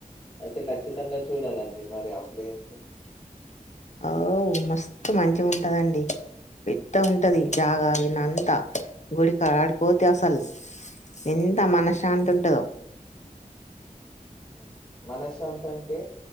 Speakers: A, on the left; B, on the left.
A: అయితే ఖచ్చితంగా చూడాలండి మరి ఆ ప్లేస్
B: ఓ మస్తు మంచిగా ఉంటదండి పెద్దగుంటది జాగా విన్న అంత గుడికా ఆడుకోతే అసలు ఎంత మనశ్శాంతి ఉంటదో
A: ఓ మనశ్శాంతి అంటే